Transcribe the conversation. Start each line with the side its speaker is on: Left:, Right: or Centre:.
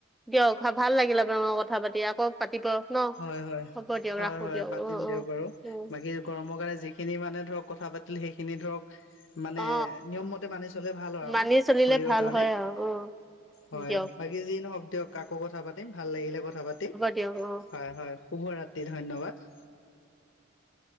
Centre: দিয়ক ভাল লাগিলে আপোনা লগত কথা পাতি আকৌ পাতিব। ন
Left: হয় হয়
Centre: হ'ব দিয়ক
Left: হয়
Centre: ৰাখো
Left: হয়
Centre: দিয়ক
Left: পাতিম
Centre: অ
Left: দিয়ক
Centre: অ
Left: বাৰু
Centre: উম
Left: বাকী, গৰমৰ কাৰণে যিখিনি মানে ধৰক কথা পাতিল সেইখিনি ধৰক, মানে
Centre: অ
Left: নিয়ম মতে মানি চলে ভাল হয় আৰু
Centre: মানি চলিলে
Left: শৰীৰৰ
Centre: ভাল
Left: কাৰণে।
Centre: হয় আৰু অ
Left: হয়,
Centre: দিয়ক
Left: বাকী যি নহওক দিয়ক আকৌ কথা পাতিম ভাল লাগিলে কথা পাতি
Centre: তেওঁ ঘৰ
Left: হয় হয়। শুভ ৰাত্ৰি ধন্যবাদ